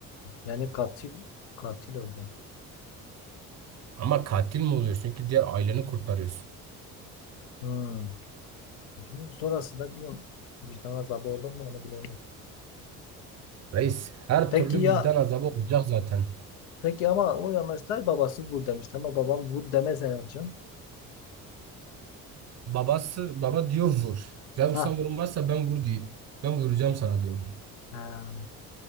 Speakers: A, on the left; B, on the right.
A: yani katil katil hocam.
B: Ama katil mi oluyorsun çünkü diğer aileni kurtarıyorsun.
A: Hmm. Bilmiyorum. Sonrasında biliyorum vicdan azabı olur mu onu bilemiyorum.
B: Reis her
A: Peki
B: türlü
A: ya
B: vicdan azabı olacak zaten.
A: peki ama o yamaçlar babası vur demişti ama babam vur demez herhalde.
B: Babası baba diyor vur. Ya
A: Ha.
B: sen vurmazsa ben vur diyor. Ben vuracağım sana diyor.
A: Ha.